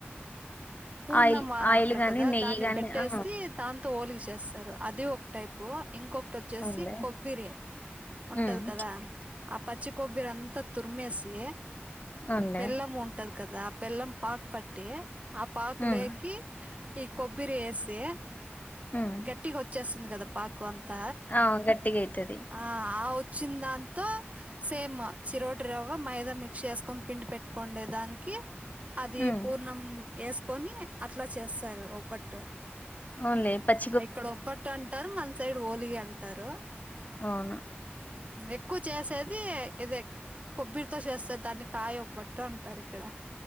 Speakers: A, on the right; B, on the left.
A: పూర్ణమాన్
B: ఆయిల్ ఆయిల్
A: అని అంటారు
B: గాని
A: కదా
B: నెయ్యి
A: దాన్ని
B: గాని
A: పెట్టేసి
B: ఆ
A: దాంతో ఓలిగ చేస్తారు అది ఒక టైపు ఇంకొకటి వచ్చేసి
B: అవునులే
A: కొబ్బరి ఉంటది
B: ఉమ్
A: కదా ఆ పచ్చికోబ్బర అంతా తురిమేసి
B: అవునులే
A: బెల్లం ఉంటది కదా ఆ బెల్లం పాకు పట్టి ఆ పాకు
B: ఉమ్
A: లేకి ఈ కొబ్బరి వేసి
B: ఉమ్
A: కట్టిగ వచ్చేస్తుంది గదా పాకు అంత
B: ఆ గట్టిగా అయితది
A: ఆ అవ్ వచ్చిన్దాంతో సేమ్ చిరోటి రవ్వ మైదా మిక్స్ చేసుకొని పిండి పెట్టుకోండే దానికి అది
B: ఉమ్
A: పూర్ణం ఎసుకని అట్లా చేస్తారు ఒబట్
B: అవున్ లె పచ్
A: ఇక్కడ ఓబ్బట్టు అంటారు మన సైడ్ ఓలిగ అంటారు
B: అవును
A: ఎక్కువ చేసేది ఇదే కొబ్బరితో చేస్తది దాన్ని కాయ ఒబట్టు అంటారు ఇక్కడ